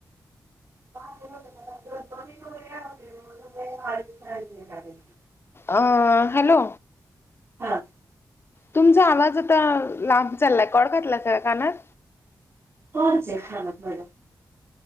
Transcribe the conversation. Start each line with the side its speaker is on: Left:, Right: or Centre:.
Right: <inaudible>
Left: अ हॅलो.
Right: हा.
Left: तुमचा आवाज आता लांब चाललाय कोड घातला सगळ्या कानात
Right: हजे खा खयला.